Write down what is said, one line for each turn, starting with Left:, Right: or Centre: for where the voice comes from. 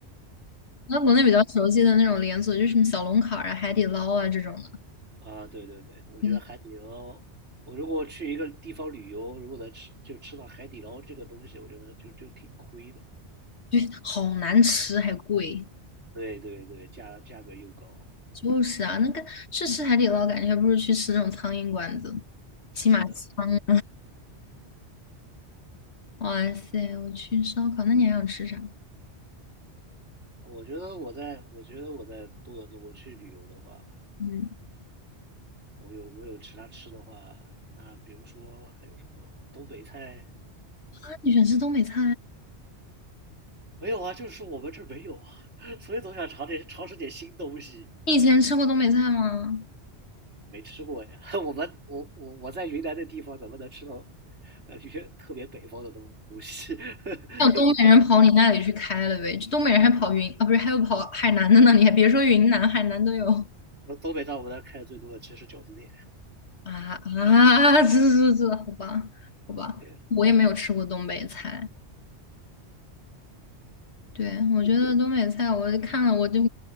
Left: 那国内比较熟悉的那种连锁，就是什么小龙坎儿啊、海底捞啊这种的，
Right: 啊，对对对，我觉得海底捞，
Left: 嗯，
Right: 我如果去一个地方旅游，如果能吃就吃到海底捞这个东西，我觉得就就挺亏的。
Left: 对，好难吃还贵。
Right: 对对对，价价格又高。
Left: 就是啊，那个去吃海底捞，感觉还不如去吃那种苍蝇馆子，起码香。
Right: 是的，
Left: 哇塞，我去烧烤，那你还想吃啥？
Right: 我觉得我在我觉得我在多伦多我去旅游的话，
Left: 嗯，
Right: 我有我有其他吃的话，那比如说还有什么东北菜？
Left: 啊，你喜欢吃东北菜？
Right: 没有啊，就是我们这儿没有啊，<laughs> 所以总想尝点尝试点新东西。
Left: 你以前吃过东北菜吗？
Right: 没吃过呀。<laughs> 我们我我我在云南的地方怎么能吃到呃一些特别北方的东西？<laughs>
Left: 还有东北人跑你那里去开了呗？这东北人还跑云啊，不是，还有跑海南的呢。你还别说云南，海南都有。
Right: 东北在我们那儿开的最多的其实是饺子店。
Left: 啊啊，这这这，好吧，好吧，
Right: 对，
Left: 我也没有吃过东北菜。对，我觉得东北菜，我看了我就，